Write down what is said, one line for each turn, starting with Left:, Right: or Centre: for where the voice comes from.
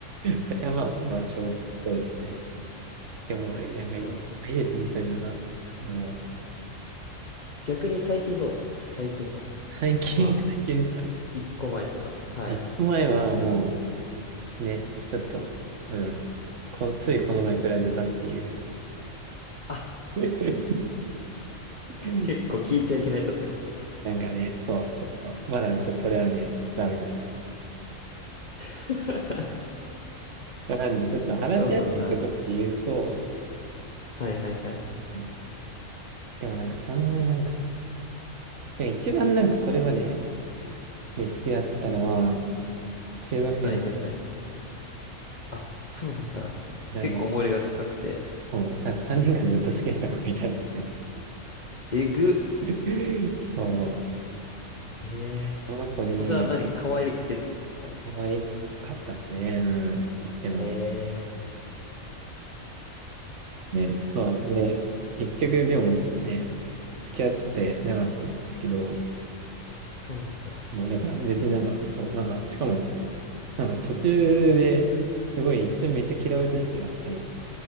Right: それはまあ、まあ、少うそうですね。でも、なんかいい、
Left: そう。
Right: いいですね、そういうのが。もう、
Left: 逆に最近どうですか最近の。
Right: 最近、
Left: まあ、
Right: 最近ですか
Left: 一個前とか。はい。
Right: 一個前はもう、ね、ちょっと、うん、こ、ついこの前振られたっていう。
Left: あ、
Right: <laughs> ね
Left: 結構聞いちゃいけないやつだったかもしれない。
Right: なんかね、そう、ちょっと、まだちょっとそれはね、ダメですね。
Left: <laughs>
Right: まあなんで、ちょっと話しやすいところで言うと、
Left: そうなんだ。はいはいはい。
Right: うんでもなんかそんなになんか、でも一番なんかこれまでで好きだったのは、中学生の子、
Left: はいはいはい。あ、そうなんだ。
Right: なんか、
Left: 結構思い入れが深くて。
Right: そう、なんか3年間ずっと好きだった子がいたんですよ。
Left: えぐ。
Right: <laughs> そう、
Left: ええ
Right: この子に
Left: ー。もうそれは何可愛くてってことですか
Right: 可愛かったですね、うん、とっても。
Left: ええー。
Right: ね、そう、で、結局でもね、付き合ったりはしなかったんですけど、
Left: あ、そうなんだ。
Right: もうだから別になんか、そう、なんか、しかも、なんか途中ですごい一瞬めっちゃ嫌われた時期があったり、